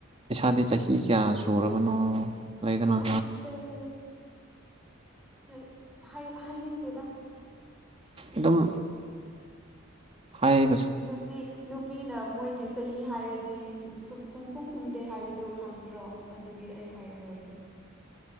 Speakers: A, on the right; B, in the centre.
A: ꯏꯁꯥꯗꯤ ꯆꯍꯤ ꯀꯌꯥ ꯁꯨꯔꯕꯅꯣ ꯂꯩꯗꯅ
B: ꯑꯩꯁ ꯇꯦꯡ ꯁ ꯍꯥꯏ ꯍꯥꯏꯅꯤꯡꯇꯦꯗ
A: ꯑꯗꯨꯝ ꯍꯥꯏꯕꯁꯨ
B: ꯅꯨꯄꯤ ꯅꯨꯞ ꯄꯤꯅ ꯃꯣꯏꯒꯤ ꯆꯍꯤ ꯍꯥꯏꯔꯗꯤ ꯁꯨꯡ ꯁꯨꯡꯁꯨꯝ ꯆꯨꯝꯗꯦ ꯍꯥꯏꯕꯗꯣ ꯈꯪꯗ꯭ꯔꯣ ꯑꯗꯨꯒꯤ ꯑꯩ ꯍꯥꯏꯔꯔꯣꯏꯒꯦ